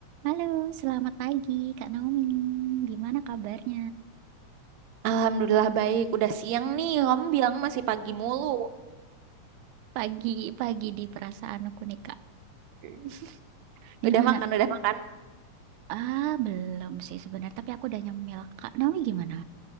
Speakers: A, on the right (about 90°); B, on the right (about 75°).
A: Halo, selamat pagi Kak Naomi. Gimana kabarnya?
B: Alhamdulillah baik. Udah siang nih. Kamu bilang masih pagi mulu.
A: Pagi, pagi di perasaanku nih Kak.
B: <laughs>
A: Gimana?
B: Udah makan, udah makan.
A: Ah, belum sih sebenarnya, tapi aku udah nyemil. Kak Naomi gimana?